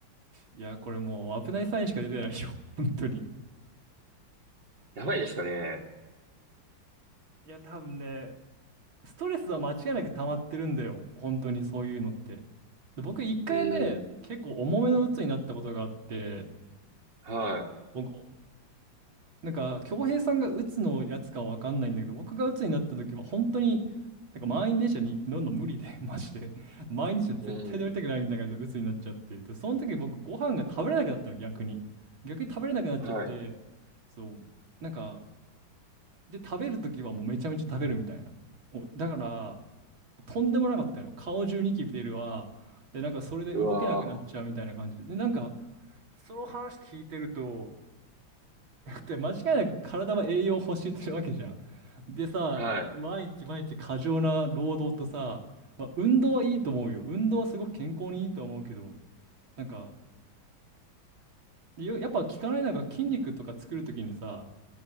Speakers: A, on the right; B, on the right.
A: いや、これもう、危ないサインしか出てないよ、<laughs> 本当に。
B: やばいですかね。
A: いや、多分ね、ストレスは間違いなく溜まってるんだよ、本当にそういうのって。で僕一回ね、
B: うーん。
A: 結構重めの鬱になったことがあって、
B: は
A: 僕、なんか、恭平さんが鬱のやつかわかんないんだけど、僕が鬱になった時は本当に、なんか満員電車に乗るの無理で、<laughs> マジで。満員電車絶対乗りたくないみたいな感じで鬱になっちゃって。
B: い。うーん。
A: で、その時に僕ご飯が食べれなくなったの、逆に。逆に食べれなくなっちゃって、
B: はい。
A: そう、なんか、で、食べる時はもうめちゃめちゃ食べるみたいな。お、だから、とんでもなかったのよ。顔中ニキビ出るわ。で、なんかそれで動けなくなっちゃうみたいな感じで。
B: うわ
A: で、なんか、その話聞いてると、だって間違いなく体は栄養を欲してるわけじゃん。でさ、
B: ー。はい。
A: 毎日毎日過剰な労働とさ、まあ、運動はいいと思うよ。運動はすごく健康にいいと思うけど、なんか、よやっぱ聞かないのが筋肉とか作るときにさ、